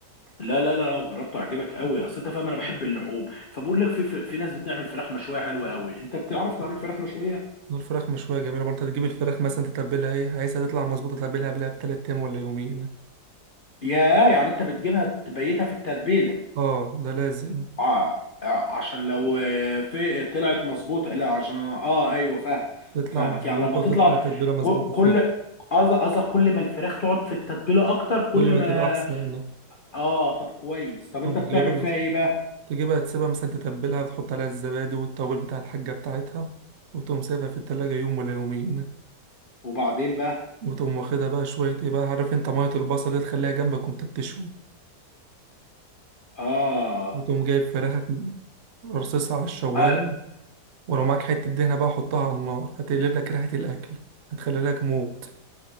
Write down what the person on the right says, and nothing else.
الفراخ مشوية جميلة برضه انت تجيب الفراخ مثلا تتبلها ايه عايزها تطلع مظبوطة تتبلها قبلها بتلات ايام ولا يومين
اه ده لازم
تطلع
مظبوطة
وتطلع تتبيلة مظبوطة
فيه
كل ما
تبقى احسن
طب
جايبها
تجيبها تسيبها مثلا تتبلها وتحط عليها الزبادي والتوابل بتاع الحاجة بتاعتها وتقوم سايبها في التلاجة يوم ولا يومين
وتقوم واخدها بقى شوية ايه بقى عارف انت مية البصل دي تخليها جنبك وانت بتشوي
وتقوم جايب فراخك رصصها على الشواية
ولو معاك حتة دهنة بقى حطها على النار هتقلب لك ريحة الأكل هتخلي لك موت